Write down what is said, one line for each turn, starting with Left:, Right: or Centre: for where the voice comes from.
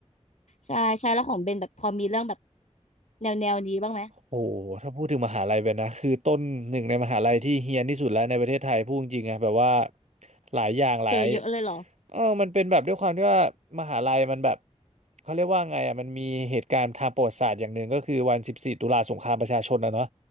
Left: ใช่ใช่แล้วของเบนแบบพอมีเรื่องแบบแนวแนวนี้บ้างไหม
Right: โอ้โหถ้าพูดถึงมหาลัยแบบนนะ คือต้นหนึ่งในมหาลัยที่เฮี้ยนที่สุดแล้วในประเทศไทยพูดจริงๆอะแบบว่าหลายอย่างหลาย
Left: เจอเยอะเลยเหรอ
Right: เออมันเป็นแบบด้วยความที่ว่ามหาลัยมันแบบเขาเรียกว่าไงอ่ะมันมีเหตุการณ์ทางประวัติศาสตร์อย่างหนึ่งก็คือวัน14ตุลาสงครามประชาชนนะเนาะ